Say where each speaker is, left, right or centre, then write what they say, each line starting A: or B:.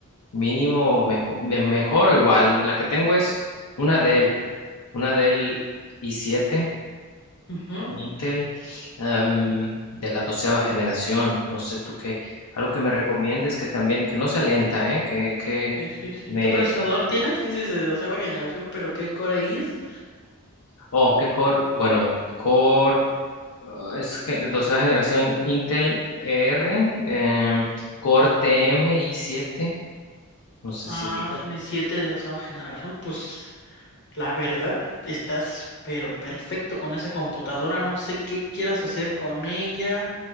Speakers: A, on the left; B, on the left.
A: mínimo mejor, mejor o igual. La que tengo es una Dell, una Dell i7
B: Ujú,
A: Intel em, de la doceava generación. No sé tú qué, algo que me recomiendes que también, que no sea lenta, ¿eh? Que, que
B: Sí, sí, sí.
A: me,
B: ¿Qué procesador tienes? Dices de doceava generación, pero ¿qué Core i es?
A: oh, qué core, bueno, core, ah, es gen- doceava generación Intel E R, em, core TM i7, no sé
B: Ah,
A: si ubicas.
B: son i7 de doceava generación. Pues la verdad, estás pero perfecto con esa computadora. No sé qué quieras hacer con ella.